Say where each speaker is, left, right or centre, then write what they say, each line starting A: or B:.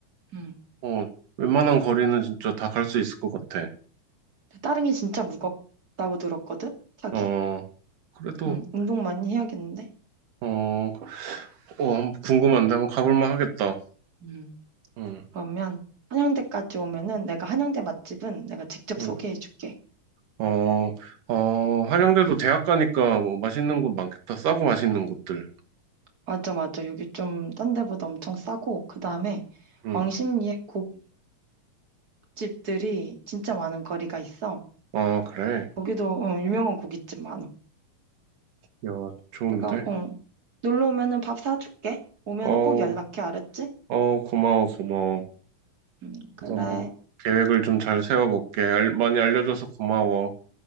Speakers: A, on the right; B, on the right.
A: 응.
B: 어, 웬만한 거리는 진짜 다 갈 수 있을 것 같아.
A: 따릉이 진짜 무겁다고 들었거든? 타기?
B: 어, 그래도,
A: 음, 운동 많이 해야겠는데?
B: 어, 어, 한번 궁금한데 한번 가볼만 하겠다.
A: 음,
B: 음,
A: 그러면 한양대까지 오면은 내가 한양대 맛집은 내가 직접
B: 음,
A: 소개해 줄게.
B: 어, 어, 한양대도
A: 음.
B: 대학 가니까 뭐 맛있는 곳 많겠다. 싸고 맛있는 곳들.
A: 맞아, 맞아. 여기 좀 딴 데보다 엄청 싸고, 그 다음에
B: 음,
A: 왕십리에 고깃집들이 진짜 많은 거리가 있어.
B: 아, 그래.
A: 거기도 어, 유명한 고깃집 많아.
B: 야, 좋은데?
A: 내가 어, 놀러 오면은 밥 사줄게. 오면은
B: 어,
A: 꼭 연락해, 알았지?
B: 어, 고마워, 고마워.
A: 음, 그래.
B: 그래서 뭐 계획을 좀 잘 세워볼게. 알- 많이 알려줘서 고마워.